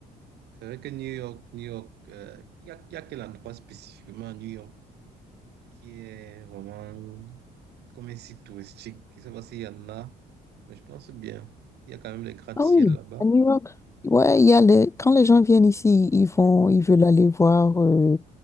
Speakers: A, on the right; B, on the left.
A: C'est vrai que New York, New York, euh, il y a, il y a quel endroit spécifiquement à New York qui est vraiment comme un site touristique. Je ne sais pas s'il y en a, mais je pense bien. Il y a quand même des gratte-ciel
B: Ah oui,
A: là-bas.
B: à New York. Ouais, il y a les... quand les gens viennent ici, ils vont, ils veulent aller voir euh,